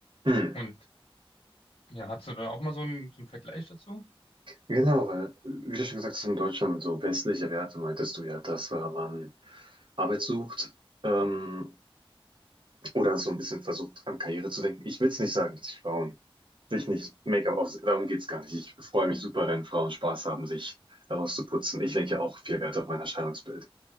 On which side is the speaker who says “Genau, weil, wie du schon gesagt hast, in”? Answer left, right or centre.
Right